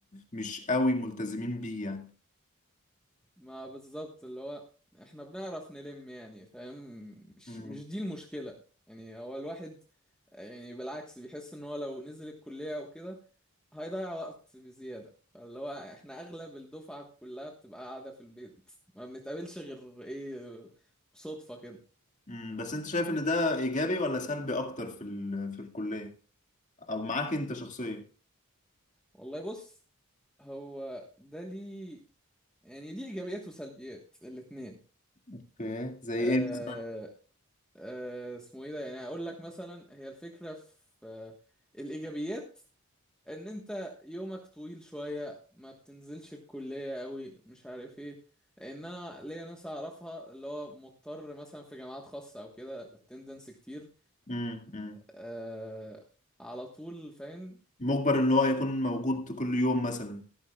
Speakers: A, on the left; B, in the centre.
A: مش قوي ملتزمين بيه يعني
B: ما بالظبط اللي هو احنا بنعرف نلم يعني فاهم مش
A: مم.
B: مش دي المشكلة يعني هو الواحد يعني بالعكس بيحس ان هو لو نزل الكلية او كده هيضيع وقت بزيادة فاللي هو احنا اغلب الدفعة كلها بتبقى قاعدة في البيت ما بنتقابلش غير ايه صدفة كده
A: مم. بس انت شايف ان ده ايجابي ولا سلبي اكتر في ال... في الكلية او معاك انت شخصيا
B: والله بص هو ده ليه يعني ليه ايجابيات وسلبيات الاتنين
A: اوكي زي
B: أه
A: ايه مثلا
B: أه اسمه ايه ده يعني اقول لك مثلا هي الفكرة في آه، الايجابيات ان انت يومك طويل شوية ما بتنزلش الكلية قوي مش عارف ايه لان انا ليا ناس اعرفها اللي هو مضطر مثلا في جامعات خاصة او كده الاتندنس كتير
A: مم. مم.
B: آه على طول فاهم
A: مجبر ان هو يكون موجود كل يوم مثلا